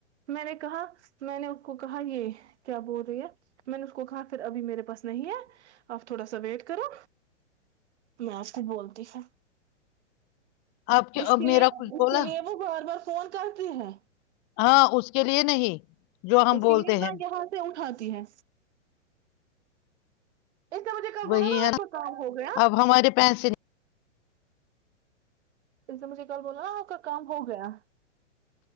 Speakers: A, on the right; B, on the left.
A: میں نے کہا میں نے اس کو کہا یہ کیا بول رہی ہے میں نے اس کو کہا پھر ابھی میرے پاس نہیں ہے آپ تھوڑا سا ویٹ کرو میں اس کو بولتی س
B: آپ
A: اس
B: اب
A: کے لیے
B: میرا کچھ
A: اس
B: بولا
A: کے لیے وہ بار بار فون کرتی ہیں
B: ہاں اس کے لیے نہیں جو ہم
A: اس
B: بولتے
A: کے لیے
B: ہیں
A: نہ یہاں سے اٹھاتا تی ہے اتنے بجے ک
B: وہی
A: ب رہو نا
B: ہے
A: آپ کا کام ہو گیا
B: نا اب ہمارے پیسے
A: اس سے مجھے کل بولا آپ کا کام ہو گیا